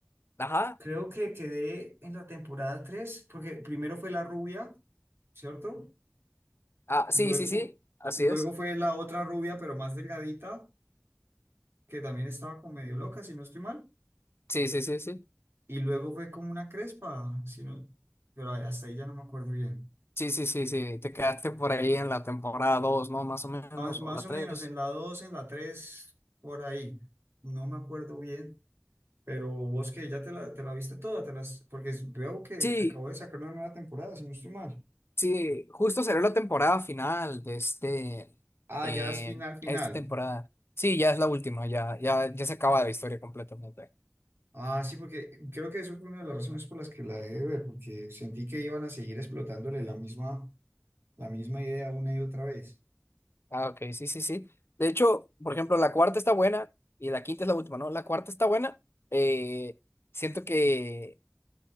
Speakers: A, on the left; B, on the right.
A: Ajá.
B: Creo que quedé en la temporada 3 porque primero fue la rubia, ¿cierto?
A: Ah, sí,
B: Luego,
A: sí, sí. Así
B: luego
A: es.
B: fue la otra rubia, pero más delgadita, que también estaba como medio loca, si no estoy mal.
A: Sí, sí, sí, sí.
B: Y luego fue como una crespa, si no- pero ahí- hasta ahí ya no me acuerdo bien.
A: Sí, sí, sí, sí, te quedaste por ahí en la temporada dos ¿no? Más o menos,
B: Má- Más,
A: o la
B: o
A: tres
B: menos en la 2 en la 3 por ahí. No me acuerdo bien. Pero vos que ya te la, te la viste toda, te las, porque es- veo que,
A: Sí,
B: que acabo de sacar una nueva temporada, si no estoy mal.
A: sí, justo salió la temporada final de este,
B: Ah,
A: eh,
B: ya es final, final.
A: esta temporada. Sí, ya es la última, ya, ya, ya se acaba la historia completamente.
B: Ah, sí, porque creo que eso fue una de las razones por las que la dejé de ver, porque sentí que iban a seguir explotándole la misma, la misma idea una y otra vez.
A: Ah, ok, sí, sí, sí. De hecho, por ejemplo, la cuarta está buena y la quinta es la última, ¿no? La cuarta está buena. eh, siento que